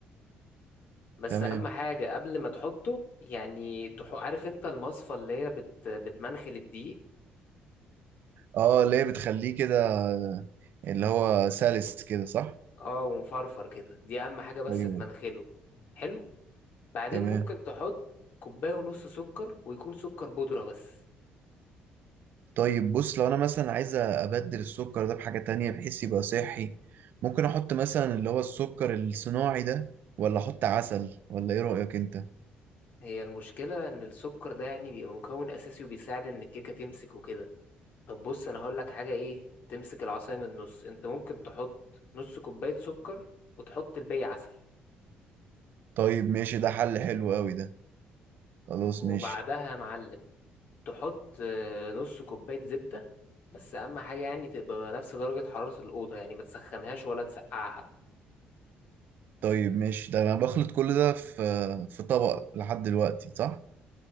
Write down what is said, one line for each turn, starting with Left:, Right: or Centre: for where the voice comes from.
Left: بس
Right: تمام
Left: اهم حاجه قبل ما تحطه يعني تح... عارف انت المصفى اللي هي بت... بتمنخل الدقيق
Right: اه اللي هي بتخليه كده اللي هو سلس كده صح؟
Left: اه ومفرفر كده دي اهم حاجه بس
Right: ايوه
Left: تمنخله حلو بعدين
Right: تمام
Left: ممكن تحط كوبايه ونص سكر ويكون سكر بودره بس
Right: طيب بص لو انا مثلا عايز ابدل السكر ده بحاجة تانية بحيث يبقى صحي ممكن احط مثلا اللي هو السكر الصناعي ده ولا احط عسل ولا ايه رأيك انت
Left: هي المشكله ان السكر ده يعني بيبقى مكون اساسي وبيساعد ان الكيكه تمسك وكده طب بص انا هقول لك حاجه ايه تمسك العصايه من النص انت ممكن تحط نص كوبايه سكر وتحط الباقي عسل
Right: طيب ماشي ده حل حلو قوي ده خلاص
Left: وبعدها
Right: ماشي
Left: يا معلم تحط آه، نص كوباية زبدة بس أهم حاجة يعني تبقى نفس درجة حرارة الأوضة يعني ما تسخنهاش ولا تسقعها
Right: طيب ماشي ده انا بخلط كل ده في في طبق لحد دلوقتي صح